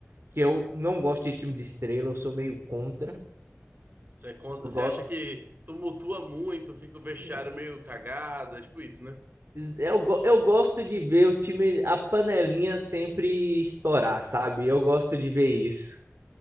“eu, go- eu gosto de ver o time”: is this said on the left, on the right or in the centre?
Right